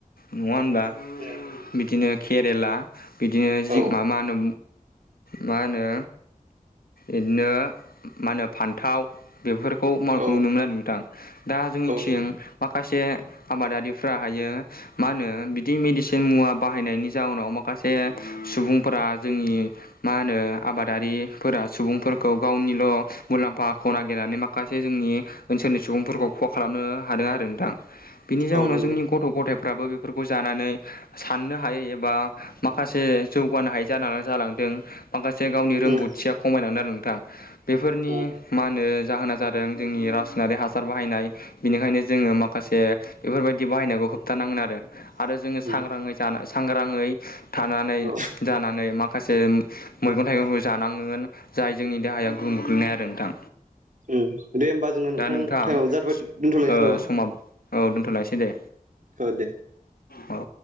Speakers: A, on the left; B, on the right.
A: नङा होनबा?
B: उम
A: बिदिनो केरेला बिदिनो
B: उम औ
A: जि मा मा होनो मा होनो इदिनो मा होनो फान्थाव बेफोरखौ मावनायखौ
B: औ
A: नुनो मोनो आरो नोंथां। दा जोंनिथिं
B: औ नंगौ
A: माखासे आबादारिफ्रा हायो मा होनो बिदि मेडिसिन मुवा बाहायनायनि जाउनाव माखासे सुबुंफोरा जोंनि मा होनो आबादारिफोरा सुबुंफोरखौ गावनिल' मुलाम्फाखौ नागिरनानै माखासे जोंनि ओनसोलनि सुबुंफोरखौ खहा खालामनो हादों आरो नोंथां। बिनि जाउनाव
B: औ नंगौ
A: जोंनि गथ' गथायफ्राबो बेफोरखौ जानानै साननो हायै एबा माखासे जौगानो हायै जानानै जालांदों। माखासे गावनि रोंगौथिया
B: उम
A: खमायलांदों आरो नोंथां। बेफोरनि
B: उम
A: मा होनो जाहोना जादों जोंनि रासायनारि हासार बाहायनाय बिनिखायनो जोङो माखासे बेफोरबायदि बाहायनायखौ होबथानांगोन आरो। आरो जोङो सांग्राङै
B: उम
A: जाना सांग्रांयै थानानै
B: औ
A: जानानै माखासे मैगं थाइगंखौ जानांगोन जाय जोंनि देहाया गोहोम गोग्लैनाय आरो नोंथां।
B: दे होमबा जोंना
A: दा नोंथां
B: टाइमाबो जाथ'बाय
A: स
B: दोनथ'लायनोसै
A: ओ
B: नामा?
A: समा ओ दोनथ'लायसै दे।
B: औ दे।
A: औ।